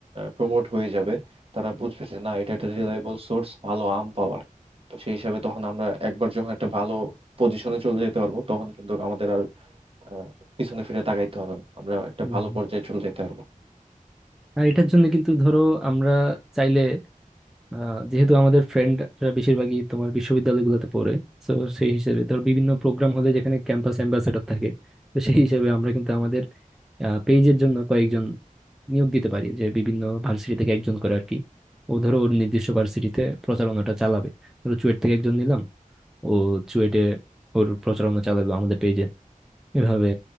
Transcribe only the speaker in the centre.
হুম
হুম।
আর এটার জন্য কিন্তু ধরো আমরা চাইলে আহ, যেহেতু আমাদের ফ্রেন্ডরা বেশিরভাগই তোমার বিশ্ববিদ্যালয়গুলোতে পড়ে তো সেই হিসেবে ধর বিভিন্ন প্রোগ্রাম হলে যেখানে ক্যাম্পাস অ্যাম্বাসেডর থাকে তো সেই হিসেবে আমরা কিন্তু আমাদের পেজের জন্য কয়েকজন নিয়োগ দিতে পারি যে বিভিন্ন ভার্সিটি থেকে একজন করে আর কি ও ধরো ওর নির্দিষ্ট ভার্সিটিতে প্রচারণাটা চালাবে ধরো চুয়েট থেকে একজন নিলাম ও চুয়েটে ওর প্রচারণা চালালো আমাদের পেজে এভাবে